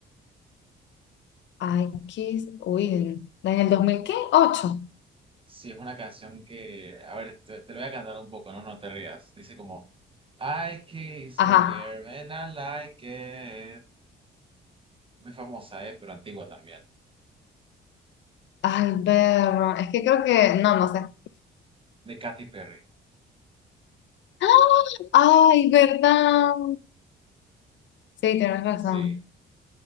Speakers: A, on the left; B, on the right.
A: Ay, Kiss, uy, en en el 2000 ¿qué? Ocho.
B: Sí, es una canción que, a ver, te, te lo voy a cantar un poco, no, no te rías. Dice como I Kiss
A: Ajá.
B: a Girl and I Like It. Muy famosa, eh, pero antigua también.
A: Ay, ver, es que creo que, no, no sé.
B: De Katy Perry.
A: <gasps> Ay, verdad. Sí, tienes razón.
B: Sí,